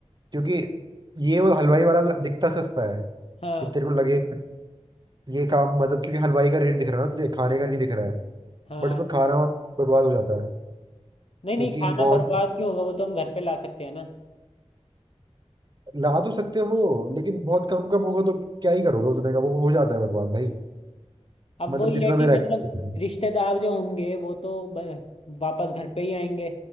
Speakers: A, on the right (about 40°); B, on the left (about 60°).
A: क्योंकि ये वो हलवाई वाला दिखता सस्ता है
B: हाँ
A: कि तेरे को लगे ये काम मतलब क्योंकि हलवाई का रेट दिख रहा है ना तुझे खाने का नहीं दिख रहा है
B: हाँ
A: बट इसमें खाना वाना बहुत बर्बाद हो जाता है
B: नहीं नहीं
A: क्योंकि
B: खाना
A: बहुत
B: बर्बाद क्यों होगा वो तो हम घर पे ला सकते हैं ना
A: ला तो सकते हो लेकिन बहुत कम कम होगा तो क्या ही करोगे उसने का वो हो जाता है बर्बाद भाई
B: अब
A: मतलब
B: वही
A: जितना
B: है कि
A: मेरा experience
B: मतलब
A: है।
B: रिश्तेदार जो होंगे वो तो ब- वापस घर पे ही आएंगे